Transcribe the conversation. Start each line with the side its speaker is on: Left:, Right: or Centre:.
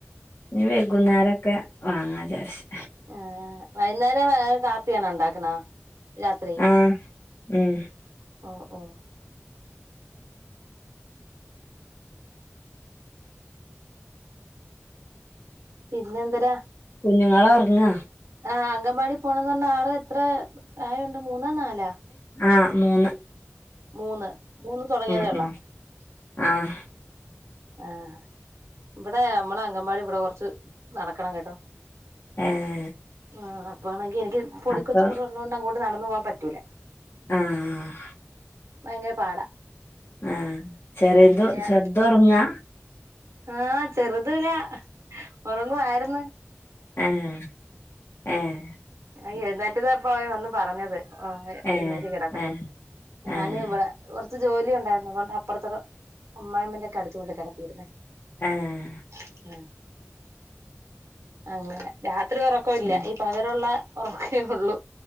Left: ഇഞ്ഞ് വെകുന്നേര ഒക്കെ വാങ്ങാ വിചാരിച്ച്.
Right: ആ വൈകുന്നേരം വേറെ കാപ്പിയാണോ ഉണ്ടാക്ക്‌ണേ. രാത്രി
Left: ആഹ് ഉം
Right: ഓ ഓ പിന്നെന്തരാ
Left: കുഞ്ഞുങ്ങള് ഒറങ്ങാ
Right: ആ അങ്കൻവാടി പോണന്ന് പറഞ്ഞാ ആൾ എത്ര പ്രായമുണ്ട് മൂന്നോ നാലാ.
Left: ആ മൂന്ന്.
Right: മൂന്ന്. മൂന്ന് തുടങ്ങിയതേ
Left: ഉം
Right: ഉള്ളാ
Left: ഉം ആഹ്
Right: ആഹ് ഇവിടെ നമ്മളെ അംഗൻവാടി ഇവിടെ കുറച്ച് നടക്കണം കേട്ടോ.
Left: ഏഹ്
Right: ആ അപ്പാണെങ്കിൽ എനിക്ക് പൊടിക്കൊച്ച്
Left: അപ്പൊ
Right: കൂടെ ഉള്ളതത് കൊണ്ട് അങ്ങോട്ട് നടന്നു പോകവാൻ പറ്റൂല.
Left: ആഹ്
Right: ഭയങ്കര പാടാ
Left: ആഹ് ചെറേത്
Right: അങ്ങനെയാ
Left: ചെറ്ത് ഒറങ്ങാ
Right: ആഹ് ചെറ്ത് താ ഒറങ്ങുവായിരുന്ന്
Left: ഏഹ് ഏഹ്
Right: അത് എഴുന്നേറ്റതപ്പാ അവൻ വന്ന് പറഞ്ഞത് ആഹ് അതെ
Left: ഏഹ്
Right: എഴുന്നേറ്റ് കെടക്കുന്നു
Left: ഏഹ്
Right: ഞാന്
Left: ഏഹ്
Right: ഇവളെ കൊറച്ച് ജോലി ഉണ്ടായിരുന്നു അതൊണ്ട് അപ്പർത്തവ്ടെ അമ്മായിമ്മന്റൊക്കെ അട്ത്ത് കൊണ്ടാ കെടത്തിരുന്നേ
Left: ഏഹ്
Right: <inaudible> ആഹ് അങ്ങനെ രാത്രി ഒറക്കവില്ല
Left: ഉം
Right: ഇ പ്പോള്ള ഒറക്കേ ഒള്ളു